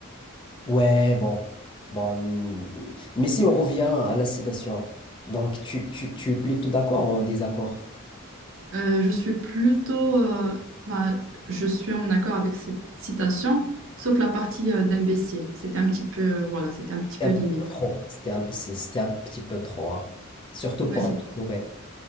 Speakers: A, on the left; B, on the right.
A: Ouais, bon, bon. Mais si on revient à la citation, donc tu, tu, tu es plutôt d'accord ou en désaccord?
B: Euh, je suis plutôt, euh, bah, je suis en accord avec cette citation, sauf la partie euh, d'imbécile. C'était un petit peu, euh, voilà, c'était un petit peu
A: C'était un
B: limite.
A: petit peu trop. C'était un, c'est- c'était un petit peu trop, hein. Surtout
B: Ouais,
A: pour
B: c'est-
A: un prix Nobel.